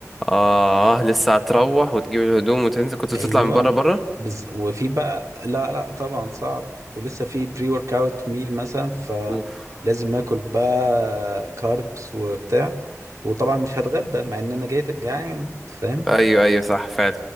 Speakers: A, in the centre; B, on the right (about 80°).
A: اه لسه هتروح وتجيب الهدوم وتنزل كنت بتطلع
B: ايوه
A: من بره بره
B: بز... وفي بقى لا لا طبعا صعب ولسه في بري ورك اوت ميل مثلا فلازم
A: اوف
B: اكل بقى كاربس وبتاع وطبعا مش هتغدى مع ان انا جاي جعان فاهم
A: ايوه ايوه صح فعلا